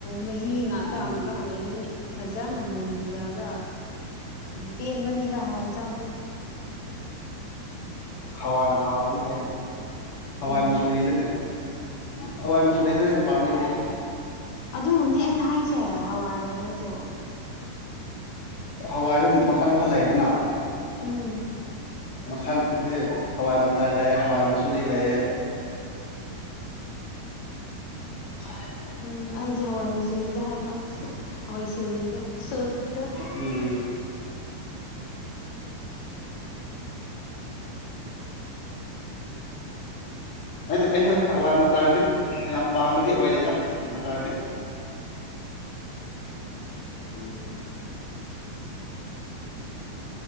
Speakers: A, on the left; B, on the left.
A: ꯃꯍꯤ ꯉꯥꯛꯇ
B: ꯎꯝ
A: ꯑꯃꯨꯛꯀ ꯑꯣꯏꯒꯅꯤ ꯐꯖꯅ ꯃꯨꯟꯗ꯭ꯔꯒ ꯄꯦꯟꯕꯅꯦꯗ ꯍꯋꯥꯏ ꯆꯥꯕꯗꯣ
B: ꯍꯋꯥꯏꯅ ꯍꯥꯎꯏꯗꯨꯅ ꯍꯥꯏꯗꯤ ꯍꯋꯥꯏ
A: ꯎꯝ
B: ꯃꯨꯁꯔꯤꯗꯅꯦ ꯍꯋꯥꯏ ꯃꯁꯨꯨꯔꯤꯗꯅꯦ ꯄꯥꯝꯃꯦꯩꯗꯤ
A: ꯑꯗꯨꯕꯨꯅꯦ ꯑꯩꯅ ꯍꯥꯏꯁꯦ ꯍꯋꯥꯏ ꯍꯥꯏꯁꯨ
B: ꯍꯋꯥꯏꯁꯨ ꯃꯈꯜ ꯃꯈꯜ ꯂꯩꯗꯅ
A: ꯎꯝ
B: ꯃꯈꯜꯁꯦ ꯍꯋꯥꯏ ꯃꯇꯥꯏ ꯂꯩꯔꯦ ꯍꯋꯥꯏ ꯃꯁꯨꯨꯔꯤ ꯂꯩꯔꯦ ꯎ <inaudible>
A: ꯎꯝ ꯑꯩꯗꯤ ꯍꯋꯥꯏ ꯃꯨꯆꯨꯔꯤꯗ ꯍꯥꯏꯕ ꯍꯋꯥꯏꯁꯣꯔꯤꯗꯣ ꯏꯗꯣ
B: ꯎꯝ
A: <inaudible> <inaudible> <inaudible> <inaudible>
B: ꯑꯩꯅ ꯍꯋꯥꯏ ꯃꯇꯔꯗꯤ ꯌꯥꯝ ꯄꯥꯝꯕꯗꯤ ꯑꯣꯏꯗꯦꯗ ꯃꯇꯔꯗꯤ
A: <inaudible> <inaudible> ꯎꯝ